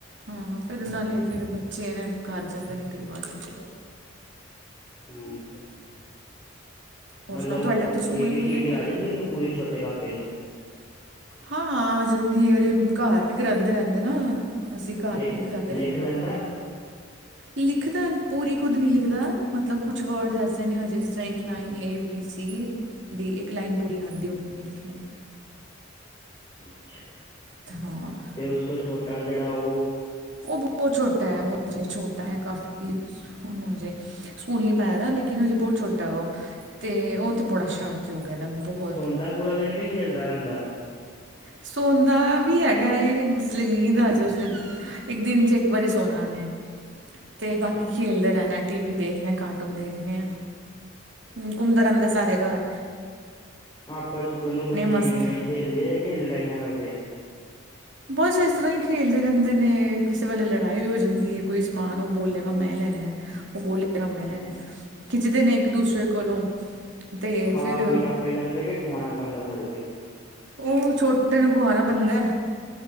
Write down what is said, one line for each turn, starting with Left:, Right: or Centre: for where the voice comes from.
Right: ਹੂੰ-ਹੁੰ, ਫੇਰ ਨਾਲੇ ਫਿਰ ਬੱਚੇ ਨੇ, ਕਾਰ ਜਾਂਦੇ ਨੇ ਕਈ ਵਾਰ ਛੁੱਟੀ।
Left: ਹੁੰ।
Right: ਹੋਰ
Left: ਮਲਬ
Right: ਸੁਣਾਓ ਤੁਹਾਡੇ
Left: ਓ
Right: ਉੱਥੇ ਸਕੂਲ
Left: ਏ, ਬੀ,
Right: ਖੁੱਲ੍ਹੇ
Left: ਸੀ, ਡੀ
Right: ਨੇ
Left: ਆ ਜਾਂਦੀ ਓਨੂ ਪੂਰੀ ਛੋਟੇ ਕਾਕੇ ਨੂ?
Right: ਹਾਂਆ <unintelligible> ਘਾਰ ਵੀ ਕਰਾਂਦੇ ਰੈਂਦੇ ਨਾ। ਅਸੀ ਘਾਰ
Left: ਲ
Right: ਵੀ ਕਰਾਂਦੇ
Left: ਲਿਖ
Right: ਰੈਂਦੇ ਆਂ
Left: ਲੈਂਦਾ
Right: ਓਨਾਂ ਨੂ। ਲਿਖਦਾ, ਪੂਰੀ ਖੁਦ ਨੀ ਲਿਖਦਾ, ਮਤਲਬ ਕੁੱਛ ਵ੍ਰਡਜ਼ ਐਸੇ ਨੇ ਹਜੇ ਜਿਸ ਤਰਾਂ ਏ line A, B, C, D ਇਕ ਲਾਈਨ ਪੂਰੀ ਆਂਦੀ ਓਨਏ ਲਿਖਨੀ।
Left: ਅੱਛਾ,
Right: ਤਾਂ ਹਾਂ
Left: ਤੇ ਉਸ ਤੋਂ ਛੋਟਾ ਜੇੜਾ ਓ?
Right: ਓ ਬੋਤ ਛੋਟਾਐ, ਓ ਹਜੇ ਛੋਟਾਏ ਕਾਫੀ, ਓਨੂ ਹਜੇ ਸਕੂਲ ਨੀ ਪਾਆਦਾ ਲੇਕਿਨ ਹਜੇ ਬੋਤ ਛੋਟਾ ਓ, ਤੇ ਓ ਤੇ ਬੜਾ ਸ਼ਰਾਰ ਤੀ ਹੋ ਗਆ ਦਾ ਏ ਬੋਹਤ।
Left: ਸੌਦਾ ਪੂਰਾ ਦਿਨ ਕੀ ਖੇਲਦਾ ਰੈਂਦਾ?
Right: ਸੌਂਦਾ ਵੀ ਹੈਗਾਏ ਜਿਸਲੇ ਨੀਂਦ ਆਜੇ ਉਸਲੇ ਇਕ ਦਿਨ ਚ ਏਕ ਵਾਰੀ ਸੋਨਾ ਓਨੇ,
Left: ਅੱਛਾ
Right: ਤੇ ਬਾਕੀ ਖੇਲਦੇ ਰੈਨਾ। ਟੀਵੀ ਦੇਖਨਾਐ, ਕਾਰਟੂਨ ਦੇਖਨੇਏ, ਹੁੰ ਘੁੰਮਦਾ ਰੈਂਦਾ ਸਾਰੇ ਘਾਰ
Left: ਆਪਸ ਚ ਦੋਨੋ ਬੱਚੇ
Right: ਮਸਤ
Left: ਕਿਵੇਂ ਏ, ਖੇਲਦੈ ਕੇ ਲੜਾਈਆਂ ਕਰਦੇਐ?
Right: ਬਸ ਏਸ ਤਰਾਂ ਈ ਖੇਲਦੇ ਰੈਂਦੇ ਨੇ, ਕਿਸੇ ਵੇਲੇ ਲੜਾਈ ਵੀ ਹੋ ਜਾਂਦੀਏ ਕੋਈ ਸਮਾਨ ਓ ਬੋਲੇਗਾ ਮੈਂ ਲੈਨੇ ਓ ਬੋਲੇਗਾ ਮੈਂ ਲੈਨੇਏ, ਖਿੱਚਦੇ ਨੇ ਇਕ ਦੂਸਰੇ ਕੋਲੋਂ। ਤੇ
Left: ਖਾ
Right: ਫਿਰ
Left: ਪੀ ਆਪੇ ਲੈਂਦੇ ਕੇ, ਖੁਵਾਣਾ ਪੈਂਦੈ ਫੜ ਕੇ?
Right: ਓ ਛੋਟੇ ਨੂ ਖੁਆਨਾ ਪੈਂਦੈ,